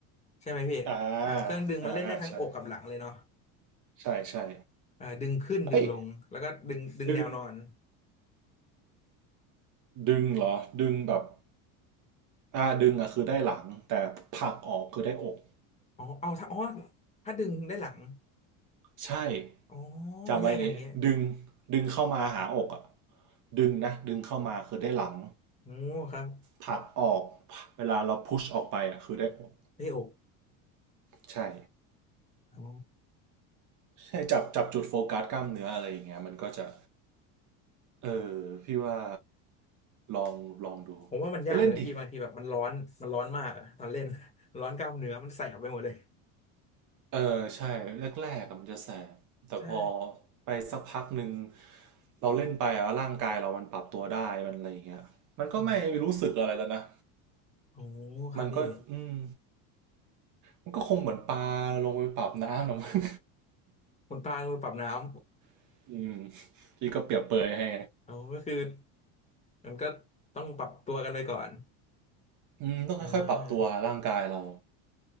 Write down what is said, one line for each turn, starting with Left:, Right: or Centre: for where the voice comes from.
Left: ใช่ไหมพี่อ่าเครื่องดึงมันเล่นได้ทั้งอกกับหลังเลยเนาะ
Right: อ่าอ่าอ่าใช่ใช่ใช่
Left: อ่าดึงขึ้นดึงลงแล้วก็ดึงดึงแนวนอน
Right: เอ้ยดึงดึงเหรอดึงแบบอ่าดึงอ่ะคือได้หลังแต่ผลักออกคือได้อก
Left: อ๋อเอาถ้าอ๋อถ้าดึงได้หลัง
Right: ใช่
Left: อ๋อ
Right: จำไว้อย่างงี้ดึง
Left: แยกกันอย่างเงี้ย
Right: ดึงเข้ามาหาอกอ่ะดึงนะดึงเข้ามาคือได้หลัง
Left: โอ้ครับ
Right: ผลักออกเวลาเราพุชออกไปอ่ะคือได้อก
Left: ได้อก
Right: ใช่
Left: อ๋อ
Right: ใช่จับจับจุดโฟกัสกล้ามเนื้ออะไรอย่างเงี้ยมันก็จะเออพี่ว่าลองลองดู
Left: ผมว่ามันยากเลยที่บางทีแบบมันร้อนมันร้อนมากอะตอนเล่น
Right: ไปเล่นดิ
Left: <laughs> ร้อนกล้ามเนื้อมันแสบไปหมดเลย
Right: เออใช่แรกๆอะมันจะแสบแต่พอ
Left: ใช่
Right: ไปสักพักหนึ่งเราเล่นไปอะร่างกายเรามันปรับตัวได้มันอะไรอย่างเงี้ยมันก็ไม่รู้สึกอะไรแล้วนะ
Left: อืมโอ้ครับพี่
Right: มันก็อืม มันก็คงเหมือนปลาลงไปปรับน้ำนะมั้ง
Left: คุณปลามือปรับน้ำ
Right: <laughs> อืมที่ก็เปรียบเปรยให้
Left: <laughs> เอาก็คือมันก็ต้องปรับตัวกันไปก่อน
Right: อืมต้องค่อยๆปรับตัวร่างกายเรา
Left: อ่า